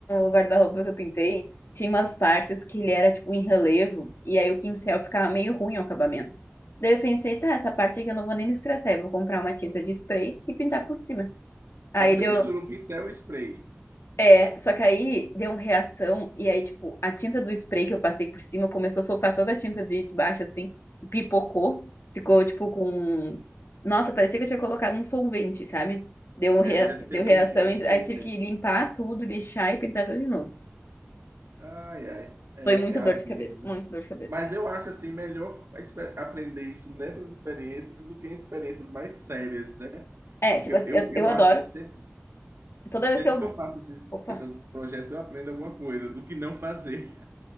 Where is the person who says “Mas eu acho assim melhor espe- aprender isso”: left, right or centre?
Right